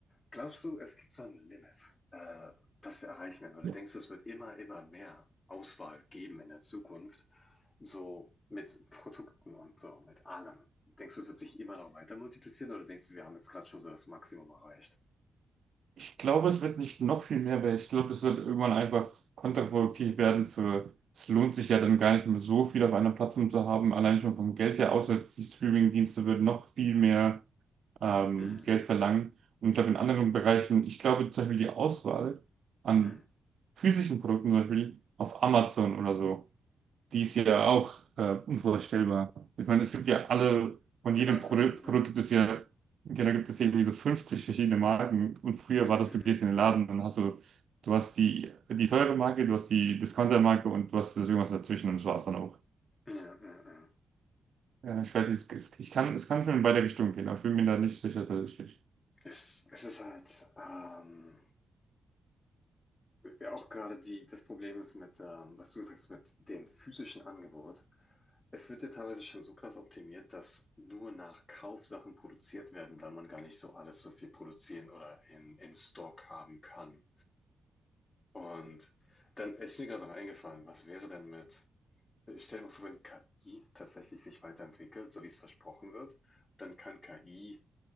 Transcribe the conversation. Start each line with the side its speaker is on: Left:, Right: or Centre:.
Left: Glaubst du, es gibt so ein Limit, äh, das wir erreichen werden? Oder
Right: Ja.
Left: denkst du, es wird immer, immer mehr Auswahl geben in der Zukunft, so mit Produkten und so, mit allem? Denkst du, es wird sich immer noch weiter multiplizieren oder denkst du, wir haben jetzt gerade schon so das Maximum erreicht?
Right: Ich glaube, es wird nicht noch viel mehr, weil ich glaube, es wird irgendwann einfach kontraproduktiv werden für, es lohnt sich ja dann gar nicht mehr so viel auf einer Plattform zu haben, allein schon vom Geld her, außer die Streaming-Dienste würden noch viel mehr ähm,
Left: Hm,
Right: Geld verlangen. Und ich glaube, in
Left: hm,
Right: anderen Bereichen, ich glaube zum Beispiel die Auswahl an
Left: hm.
Right: physischen Produkten, zum Beispiel auf Amazon oder so, die ist ja auch äh, unvorstellbar. Ich meine, es gibt ja alle, von
Left: Genau,
Right: jedem
Left: das
Right: Produkt,
Left: hat diesen Sinn.
Right: Produkt gibt es ja, ja, da gibt es irgendwie so 50 verschiedene Marken. Und früher
Left: Hm,
Right: war das,
Left: hm,
Right: du gehst
Left: hm.
Right: in den Laden und hast so, du hast die, die teure Marke, du hast die Discounter-Marke und du hast irgendwas dazwischen und das war's dann auch.
Left: Ja, ja, ja.
Right: Ja, ich weiß nicht, es, es, ich kann, es kann schon in beide Richtungen gehen, aber ich bin mir da nicht sicher tatsächlich.
Left: Es, es ist halt ähm, ja, auch gerade die, das Problem ist mit, ähm, was du sagst, mit dem physischen Angebot. Es wird ja teilweise schon so krass optimiert, dass nur nach Kauf Sachen produziert werden, weil man gar nicht so alles so viel produzieren oder in, in Stock haben kann. Und dann ist mir gerade noch eingefallen, was wäre denn mit, stell dir mal vor, wenn KI tatsächlich sich weiterentwickelt, so wie es versprochen wird, dann kann KI